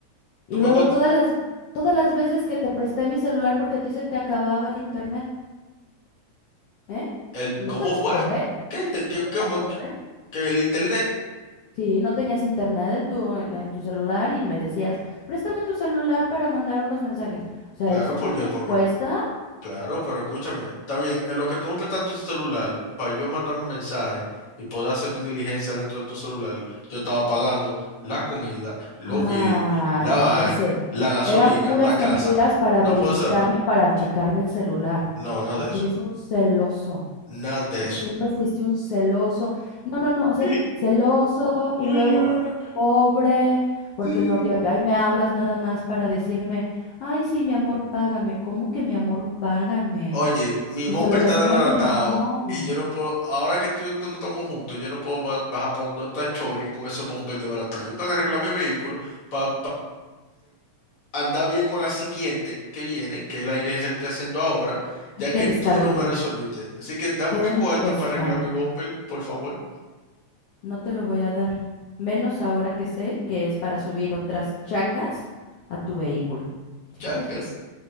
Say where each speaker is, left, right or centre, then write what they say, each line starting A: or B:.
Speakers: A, on the left; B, on the left.
A: Tú
B: y
A: me
B: luego
A: encont-
B: todas las, todas las veces que te presté mi celular porque a ti se te acababa el internet, ¿eh?
A: el,
B: Y no
A: ¿cómo
B: te las
A: fue?
B: cobré,
A: ¿Qué, inte- qué,
B: no te
A: qué,
B: las
A: mo-
B: cobré.
A: que el internet?
B: Sí, no tenías internet en tu, en, en tu celular y me decías, préstame tu celular para mandar unos mensajes. O sea,
A: Claro,
B: eso
A: porque,
B: también
A: porque,
B: cuesta.
A: claro, pero escúchame, está bien, en lo que tú me prestas tu celular, para yo mandar mi mensaje y poder hacer mi diligencia dentro de tu celular, yo estaba pagando la comida, los
B: Ah,
A: bill, la
B: no,
A: vaina,
B: ya sé.
A: la gasolina,
B: Eran puras
A: la casa.
B: mentiras para
A: No
B: verificarme
A: puede ser.
B: y para checarme el celular,
A: No, nada
B: porque
A: de eso.
B: eres un celoso.
A: Nada de eso.
B: Siempre fuiste un celoso. No, no, no, o sea,
A: <laughs>
B: celoso y
A: Oye,
B: luego
A: ahora.
B: pobre, porque
A: <laughs>
B: no, que ahí me hablas nada más para decirme, ay, sí, mi amor, págame. ¿Cómo que mi amor, págame?
A: Oye, mi
B: Nuestra
A: bumper
B: relación
A: está desbaratado
B: ya terminó.
A: y yo no puedo, ahora que tú y yo tú no estamos juntos, yo no puedo ba- bajar para donde está Chori con ese bumper desbaratado. Yo tengo que arreglar mi vehículo para andar bien con la siguiente que viene, que es la diligencia que estoy haciendo ahora,
B: Ay,
A: ya que
B: qué descaro
A: tú no
B: el tuyo.
A: me resolviste. Así que dame
B: Qué
A: mi cuarto
B: descaro.
A: para arreglar mi bumper, por favor.
B: No te lo voy a dar. Menos ahora que sé que es para subir otras changas a tu vehículo. Fíjate.
A: Changas.